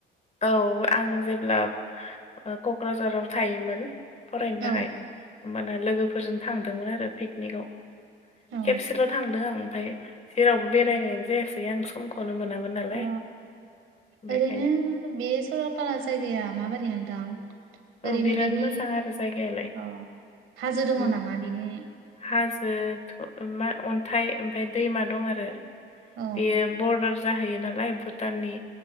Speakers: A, on the left; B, on the right.
A: औ आं जेब्ला ओ क'क्राझाराव थायोमोन फरायनो
B: औ
A: थाखाय माना लोगोफोरजों थांदोंमोन आरो पिकनिकवाव
B: औ
A: खेबसेल' थांदों आं ओमफ्राय जेरावबो बेरायनायानो जायासै आं सम खौनो मोनामोन नालाय
B: अ
A: बेखायनो
B: ओरैनो बे सरलपारा जायगाया माबायदि नोंथां?
A: औ
B: ओरैनो
A: बिराद
B: बिनि
A: मोजां आरो जायगायालाय
B: अ हाजो दंङ
A: उम
B: नामा बिनि
A: हाजो थ' मा अन्थाइ ओमफ्राय दैमा दं आरो
B: औ
A: बेयो बर्डार जाहैयो नालाय भुटाननि